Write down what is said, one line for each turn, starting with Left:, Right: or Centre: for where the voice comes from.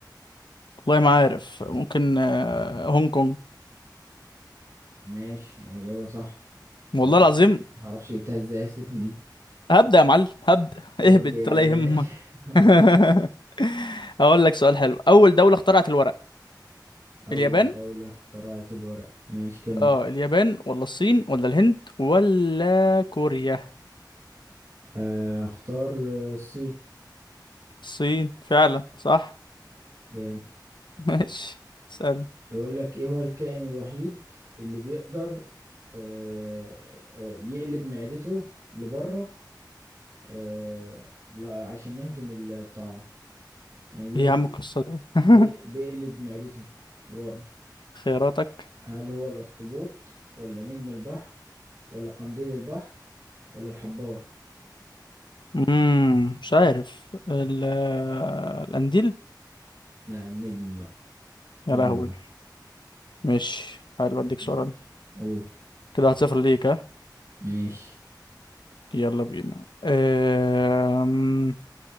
Left: والله ما عارف ممكن آه، هونج كونج
Right: ماشي اجابة صح معرفش
Left: والله العظيم
Right: جب- معرفش جبتها ازاي اصلا دي
Left: هبدأ يا معلم هبدأ
Right: ودي
Left: اهبد
Right: يا
Left: ولا
Right: باشا
Left: يهمك
Right: <laughs>
Left: <laughs>
Right: ودي
Left: هقول لك سؤال حلو أول دولة اخترعت الورق
Right: اول
Left: اليابان
Right: دولة اخترعت الورق ماشي كمل
Left: اه اليابان ولا الصين ولا الهند ولا كوريا
Right: آه، اختار آه، الصين
Left: الصين فعلا صح
Right: جامد
Left: <laughs> ماشي اسأل
Right: بيقول لك ايه هو الكائن الوحيد اللي بيقدر آه، آه، يقلب معدته لبره آه، لا- عشان يهضم الطعام يعني بيهد...
Left: ايه يا عم القصة دي <laughs>
Right: بي... بيقلب معدته لبره
Left: خياراتك
Right: هل هو الاخطبوط ولا نجم البحر ولا قنديل البحر ولا الحبار
Left: امم مش عارف ال- القنديل
Right: لا النجم بقى
Left: يا
Right: نجم
Left: لهوي
Right: البحر
Left: ماشي حلو اديك سؤال
Right: ماشي
Left: أنا.
Right: قول
Left: كده واحد صفر ليك ها
Right: ماشي
Left: يلا بينا أم...